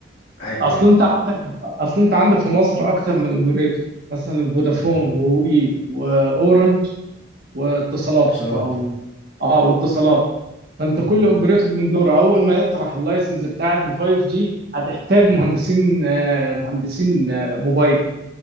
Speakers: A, on the left; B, on the right.
A: عادي
B: اصل
A: يعني
B: انت عندك اصل انت عندك في مصر اكتر من اوبريتور مثلا فودافون
A: مم.
B: ووي واورنج واتصالات
A: اتصالات
B: او اه واتصالات فانت
A: مم.
B: كل اوبريتور من دوره اول ما يطرح اللايسنس بتاعه ال 5 جي هتحتاج
A: مم.
B: مهندسين آه، مهندسين آه، موبايل